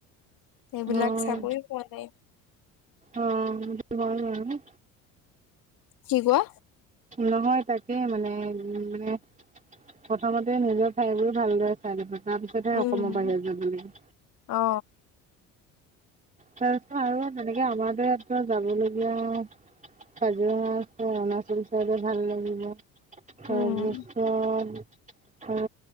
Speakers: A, on the left; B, on the right.
A: সেইবিলাক
B: উম,
A: চাবই পোৱা নাই।
B: উম, হয়, হয়, হয়।
A: কি কোৱা?
B: নহয় তাকেই মানে উ মানে প্ৰথমতে নিজৰ ঠাইবোৰ ভালদৰে চাই লবা তাৰ পিছতহে
A: উম
B: অসমৰ বাহিৰত যাব লাগে।
A: অ
B: তাৰপিছত আৰু ইয়াত তেনেকে আমাৰতো ইয়াত ত' যাবলগীয়া- কাজিৰঙা আছে, অৰুণাচল চাইডে ভাল লাগিব। তাৰপিছত
A: উম
B: অ'